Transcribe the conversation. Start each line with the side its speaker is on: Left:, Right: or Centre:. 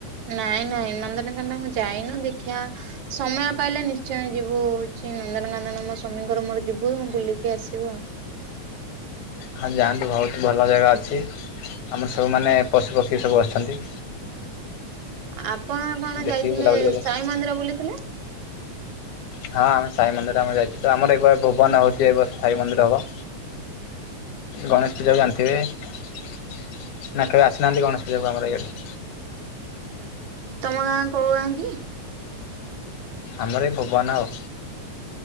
Right: ନାଇଁ ନାଇଁ ନନ୍ଦନକାନନ ମୁଁ ଯାଇନୁ ଦେଖିବା। ସମୟ ପାଇଲେ ନିଶ୍ଚୟ ଯିବୁ ହଉଛି ନନ୍ଦନକାନନ ମୋ ସ୍ୱାମୀଙ୍କର ମୋର ଯିବୁ ବୁଲିକି ଆସିବୁ ଆଉ।
Left: ହଁ ଯାଆନ୍ତୁ ବହୁତ ଭଲ ଜାଗା ଅଛି ଆମର ସବୁମାନେ ପଶୁପକ୍ଷୀ ସବୁ ଅଛନ୍ତି।
Right: ଆପଣ କଣ
Left: ଦେଖିକି
Right: ଯାଇଥିଲେ
Left: ବୁଲାବୁଲି କରି
Right: ସାଇ
Left: ଆସିବେ।
Right: ମନ୍ଦିର ବୁଲିଥିଲେ?
Left: ହଁ ଆମେ ସାଇ ମନ୍ଦିର ଆମେ ଯାଇଥିଲୁ ଆମର ଏବେ ଭୁବନ ହଉଛି ଏ ବର୍ଷ ସାଇ ମନ୍ଦିର ହବ। ଗଣେଶ ପୂଜାକୁ ଜାଣିଥିବେ ନା କେବେ ଆସିନାହାନ୍ତି ଗଣେଶ ପୂଜାକୁ ଆମର ଇଆଡ଼େ?
Right: ତମ ଗାଁ କୋଉ ଗାଁ କି?
Left: ଆମର ଏଇ ଭୁବନ ଆଉ।